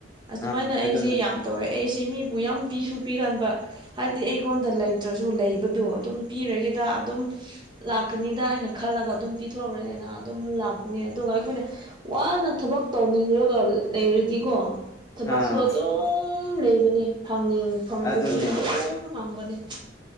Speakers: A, on the right; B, on the left.
A: ꯑꯁꯨꯃꯥꯏꯅ
B: ꯑꯥ ꯑꯗꯨꯅꯦ
A: ꯑꯩꯁꯦ ꯌꯥꯝ ꯇꯧꯋꯦ ꯑꯩꯁꯦ ꯃꯤꯕꯨ ꯌꯥꯝ ꯄꯤꯁꯨ ꯄꯤꯒꯟꯕ ꯍꯥꯏꯕꯗꯤ ꯑꯩꯉꯣꯟꯗ ꯂꯩꯇ꯭ꯔꯁꯨ ꯂꯩꯕꯗꯨ ꯑꯗꯨꯝ ꯄꯤꯔꯒꯦꯗ ꯑꯗꯨꯝ ꯂꯥꯛꯀꯅꯤꯗ ꯍꯥꯏꯅ ꯈꯜꯂꯒ ꯑꯗꯨꯝ ꯄꯤꯊꯣꯛꯔꯦꯅꯦꯅ ꯑꯗꯨꯝ ꯂꯥꯛꯀꯅꯤ ꯑꯗꯨꯒ ꯑꯩꯈꯣꯏꯅ ꯋꯥꯅ ꯊꯕꯛ ꯇꯧꯅꯤꯡꯔꯒ ꯂꯩꯔꯗꯤꯀꯣ ꯊꯕꯛꯁꯨ
B: ꯑꯥ
A: ꯑꯗꯨꯝ ꯂꯩꯕꯅꯦ ꯐꯪꯅꯤꯡ ꯐꯪꯕꯁꯨ
B: ꯑꯗꯨꯅꯦ
A: ꯑꯗꯨꯝ ꯐꯪꯕꯅꯤ